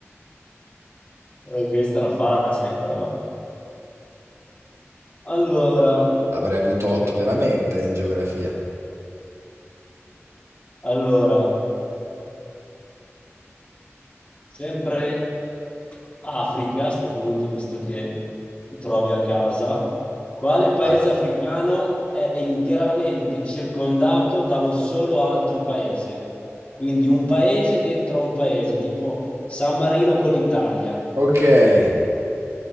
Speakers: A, on the left; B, on the right.
A: Eh, Questa era facile, però. Allora,
B: Avrei avuto
A: vediamo.
B: 8 veramente in geografia.
A: allora, Sempre Africa a sto punto, visto che ti trovi a casa. Quale paese
B: Vai.
A: africano è interamente circondato da un solo altro paese? Quindi un paese dentro a un paese, tipo San Marino con l'Italia,
B: Ok, eh,